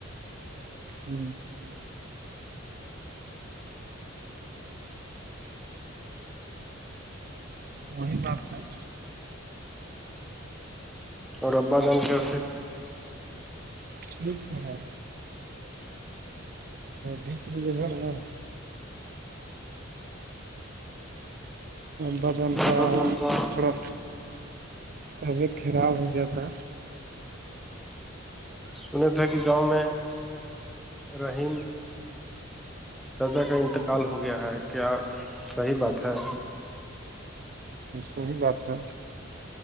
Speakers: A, on the right (about 45°); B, in the centre.
A: جی وہہی بار تھایں
B: اور ابا جان کیے
A: ٹھیک ہے بیچ میں ج ہے نا باز کا
B: بگن کا
A: تھوڑا کبی خھراپ ہو جاتہ
B: سنے تھے کہ گاؤں میں رہحیم چاچا کا انتقال ہو گیا ہے کیا صحیح بات ہے
A: صحی بات ہے